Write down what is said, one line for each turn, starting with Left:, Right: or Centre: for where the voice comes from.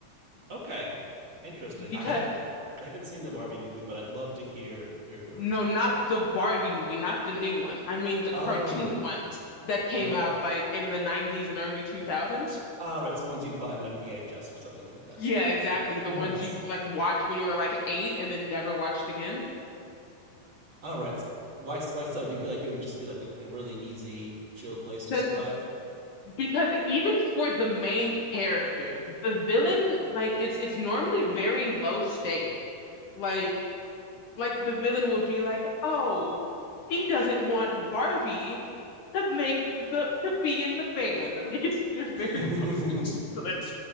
Right: Okay, interesting.
Left: Because
Right: I haven't I haven't seen the Barbie movie, but I'd love to hear hear your
Left: no,
Right: reasoning
Left: not
Right: for it.
Left: the Barbie movie, not the new one. I mean the
Right: Oh,
Left: cartoon ones that came
Right: okay.
Left: out like in the 90s and early 2000s.
Right: All right, so ones you'd find on VHS or something like that.
Left: Yeah, exactly. The
Right: Nice.
Left: ones you like watch when you were like eight and then never watched again.
Right: All right. s- Why, why so? Do you feel like it would just be like a really easy, chill place to
Left: Because
Right: survive?
Left: Because even for the main character, the villain, like it's it's normally very low stake. Like like the villain would be like, "Oh, he doesn't want Barbie to make the to be in the band." <laughs> Like it's they're very
Right: <laughs>
Left: low stakes <laughs> villains.